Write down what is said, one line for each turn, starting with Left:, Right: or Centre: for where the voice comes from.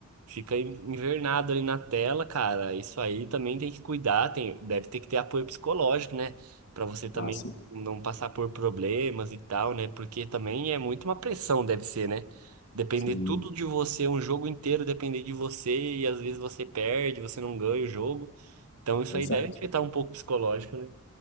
Right: fica en- invernado ali na tela, cara. Isso aí também tem que cuidar, tem, deve ter que ter apoio psicológico, né? Pra você também
Left: Ah, sim,
Right: não passar por problemas e tal, né? Porque também é muito uma pressão, deve ser, né? Depender
Left: sim,
Right: tudo de você, um jogo inteiro depender de você, e às vezes você perde, você não ganha o jogo. Então isso
Left: exato.
Right: aí deve afetar um pouco o psicológico, né?